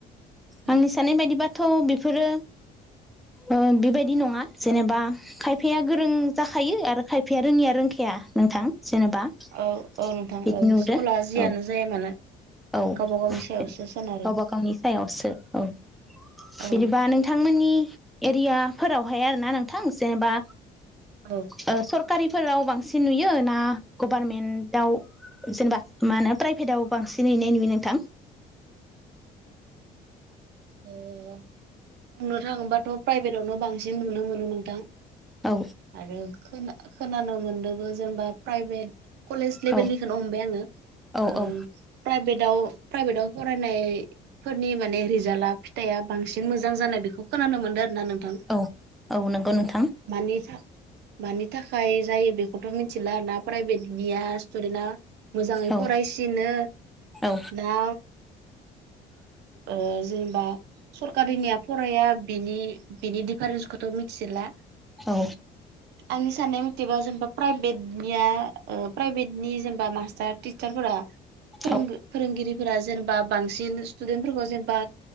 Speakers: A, on the right; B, in the centre.
A: औ
B: आंनि साननाय बायदिबाथ' बेफोरो ओ बेबायदि नङा जेनेबा खायफाया गोरों जाखायो आरो खायफाया रोङिया रोंखाया नोंथां जेनेबा
A: औ
B: बिदि
A: औ नोंथां औ
B: नुहुरो
A: स्कुला जियानो
B: औ
A: जाया मानो
B: औ
A: गावबा गावनि सायावसो
B: गावबा
A: सोनारो
B: गावनि सायावसो औ बिदिबा
A: औ
B: नों नि एरियाफोरावहाय आरोना नोंथां जेनेबा
A: औ
B: ओ सरकारि फोराव बांसिन नुयो ना गभारनमेन्टआव जेनेबा मा होनो प्राइभेटाव बांसिन होनाय नुयो नोंथां?
A: <unintelligible> बुंनो थाङोबाथ' प्राइभेटआवनो बांसिन नुनो मोनो नोंथां
B: औ
A: आरो खोना खोनानो मोनदोंबो जेनेबा प्राइभेट कलेज लेभेलनिखौनो
B: औ
A: हमबाय ओ
B: औ औ
A: प्राइभेट आव प्राइभेटआव फरायनाय फोरनि माने रिजाल्टआ फिथाइआ बांसिन मोजां जानाय बेखौ खोनानो मोनदों आरो ना नों थां
B: औ औ नंगौ
A: अ
B: नोंथां
A: मानि था मानि थाखाय जायो बे खौथ' मिथिला आर ना प्राइभेट निया स्टुदेटआ मोजाङै
B: औ
A: फरायसिनो
B: औ
A: ना ओ जेनेबा सरकारिनिया फराया बिनि बिनि डिफारेन्सखौथ' मिथिला
B: औ
A: आंनि साननाय मथेबा जेनेबा प्राइभेट निया ओ प्राइभेटनि जेनेबा मास्टार टिचारफोरा फोरों
B: औ
A: फोरोंगिरि फोरा जेनेबा बांसिन स्टुदेन्ट फोरफोरखौ जेनेबा